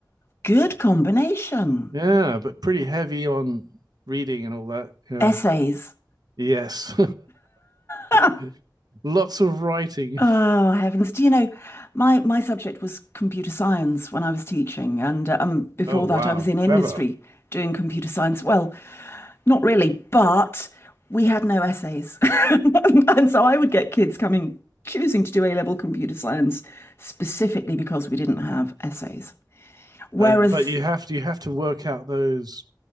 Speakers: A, on the left; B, on the right.
A: good combination.
B: Yeah, but pretty heavy on reading and all that, you know.
A: Essays.
B: Yes.
A: <laughs>
B: <laughs> Lots of writing.
A: Oh, heavens. Do you know, my, my subject was computer science when I was teaching. And uh, um, before
B: Oh, wow.
A: that, I was in
B: Clever.
A: industry doing computer science. Well, not really, but we had no essays. <laughs> And so I would get kids coming, choosing to do A-level computer science specifically because we didn't have essays. Whereas
B: Uh, but you have to you have to work out those